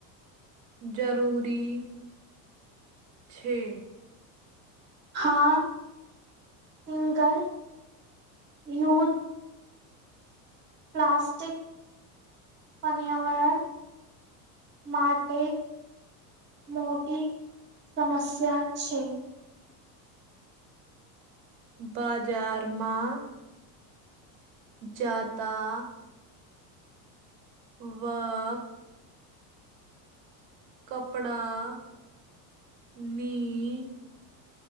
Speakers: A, on the right (about 70°); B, on the right (about 25°).
A: જરૂરી છે
B: હા સિંગલ યુઝ પ્લાસ્ટિક પન્યાવરણ માટે મોટી સમસ્યા છે
A: બાજારમાં જાતા વ કપડા ની